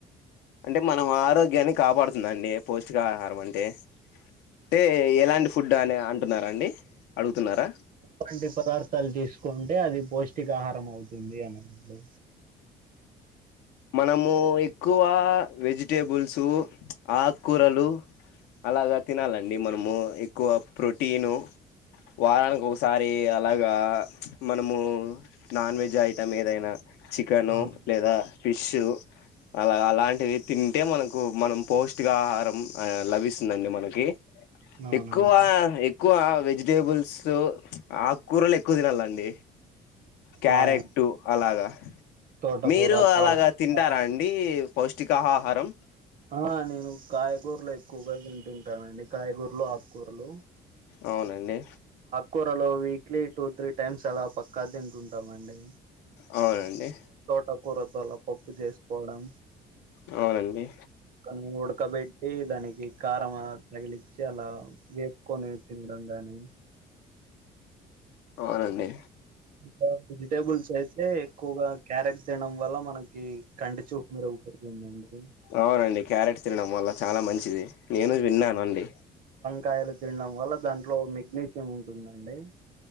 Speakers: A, on the left (about 90°); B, on the right (about 55°).
A: అంటే మనం ఆరోగ్యాన్ని కాపాడుతుందండి పౌష్టికాహారం అంటే అంటే ఎలాంటి ఫుడ్ అని అంటున్నారా అండి అడుగుతున్నారా
B: పిండి పదార్థాలు తీసుకు కుంటే అది పౌష్టికాహారం అవుతుంది అనడి
A: మనము ఎక్కువ వెజిటేబుల్స్ ఆకుకూరలు అలాగా తినాలండి మనము ఎక్కువ ప్రోటీను వారానికి ఒకసారి మరి అలాగా మనము నాన్ వెజ్ ఐటం ఏదైనా చికెను
B: అవును
A: లేదా డు అలా అలాంటివి తింటే మనకు మనం పౌష్టికాహారం లభిస్తుందండి మనకి
B: అవునండి
A: ఎక్కువ ఎక్కువ వెజిటేబుల్స్ ఆకుకూరలు ఎక్కువ తినాలండి క్యారెట్
B: అవునండి
A: అలాగా
B: తోటకూర
A: మీరు
B: పాలకూర
A: అలాగా తింటారా అండి పౌష్టికాహహారం
B: ఆ నేను కాయగూరలు ఎక్కువగా తింటుంటానండి కాయగూరలు ఆకుకూరలు
A: అవునండి
B: కూరలు వీక్లీ టూ త్రీ టైమ్స్ అలా పక్కా తింటుంటాంండి
A: అవునండి
B: ఆకు కూరలతో పప్పు చేసుకోవడం
A: అవునండి
B: ద ఉడకబెట్టి దానికి కారం తగిలించి అలా వేపుకొని తినడం గాని
A: అవునండి
B: ఇంకా వెజిటేబుల్స్ అయితే ఎక్కువగా క్యారెట్స్ తినడం వల్ల మనకి కంటి చూపు మెరుగుపడుతుందండి
A: అవునండి క్యారెట్ తినడం వల్ల చాలా మంచి ది నేను విన్నానండి
B: కాయలు తినడం వల్ల దాంట్లో మెగ్నీషియం ఉంటుందండి